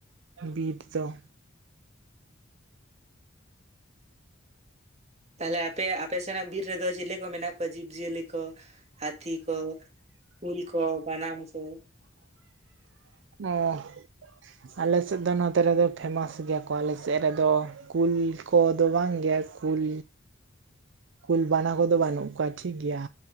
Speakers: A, on the right; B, on the right.
A: ᱵᱤᱨ ᱫᱚᱼᱼ
B: ᱛᱟᱦᱞᱮ ᱟᱯᱮ ᱟᱯᱮ ᱥᱮᱱᱟᱜ ᱵᱤᱨ ᱨᱮᱫᱚ ᱪᱤᱞᱤ ᱠᱚ ᱢᱮᱱᱟᱜ ᱠᱚᱣᱟ ᱡᱤᱵᱽᱼᱡᱤᱭᱟᱹᱞᱤ ᱠᱚ ᱦᱟᱹᱛᱤ ᱠᱚ ᱠᱩᱞ ᱠᱚ ᱵᱟᱱᱟᱢ ᱠᱚ
A: ᱚᱸ ᱟᱞᱮᱥᱮᱫ ᱫᱚ ᱱᱚᱛᱮ ᱨᱮᱫᱚ ᱯᱷᱮᱢᱟᱥ ᱜᱮᱭᱟ ᱠᱚ ᱟᱞᱮᱥᱮᱫ ᱨᱮᱫᱚ ᱠᱩᱞ ᱠᱚ ᱫᱚ ᱵᱟᱝ ᱜᱮ ᱠᱩᱞ ᱠᱩᱞ ᱵᱟᱱᱟ ᱠᱚᱫᱚ ᱵᱟᱹᱱᱩᱜ ᱠᱚᱣᱟ ᱴᱷᱤᱠ ᱜᱮᱭᱟ